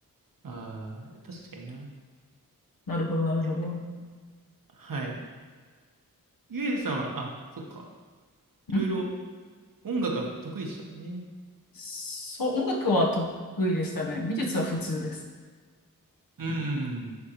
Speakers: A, on the right; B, on the left.
A: ああ、確かにな。
B: なるほど、なるほど。
A: いや、はい。ゆえさんは、あ、そっか。いろいろ
B: ん
A: 音楽は得意でしたもんね。
B: そう、音楽は得意でしたね。美術は普通です。
A: うんうんうん。